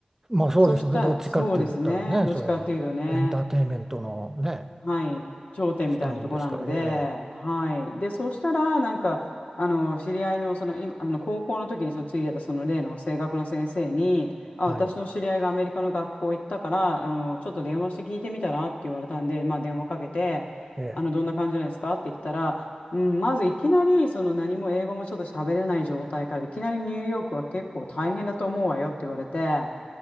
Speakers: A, on the right (about 15°); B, on the left (about 65°).
A: まあそうでしょうね。
B: そしたら、
A: どっちかって言ったらね、
B: そうですね、どっちかっていうとね。
A: それはエンターテインメントのね、
B: はい、頂点みたいなとこなので、
A: したいんですから。ええ
B: はい。で、そうしたら、なんか、あの、知り合いの、その、今、あの、高校の時に、その、ついてた、その、例の声楽の先生に、あ、
A: はい。
B: 私の知り合いがアメリカの学校行ったから、あの、ちょっと電話して聞いてみたらって言われたんで、まあ、電話かけて、
A: ええ
B: あの、どんな感じなんですかって言ったら、うん、まずいきなり、その、何も英語もちょっと喋れない状態から、いきなりニューヨークは結構大変だと思うわよって言われて、